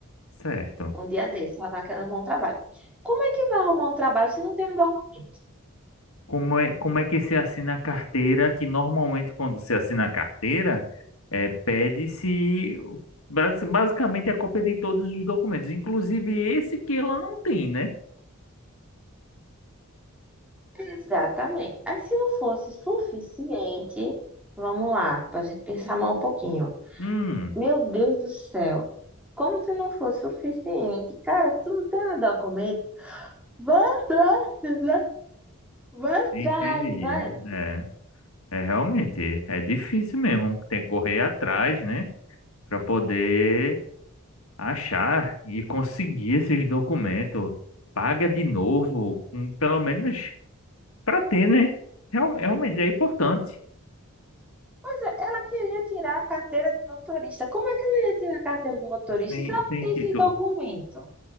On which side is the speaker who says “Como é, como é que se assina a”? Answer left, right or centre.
Left